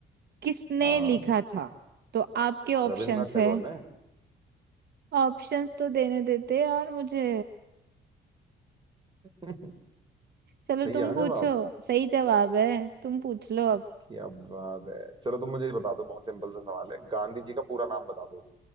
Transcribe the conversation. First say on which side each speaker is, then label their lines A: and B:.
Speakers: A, on the right (about 55°); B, on the right (about 25°).
A: किसने
B: हाँ
A: लिखा था तो आपके ऑप्शंस
B: रविन्द्रनाथ टैगोर
A: है
B: ने
A: ऑप्शंस तो देने देते यार मुझे
B: <laughs>
A: चलो
B: सही
A: तुम
B: है ना
A: पूछो
B: जवाब
A: सही जवाब है तुम पूछ लो अब
B: क्या बात है चलो तुम मुझे ये बता दो बहुत सिंपल सा सवाल है गांधी जी का पूरा नाम बता दो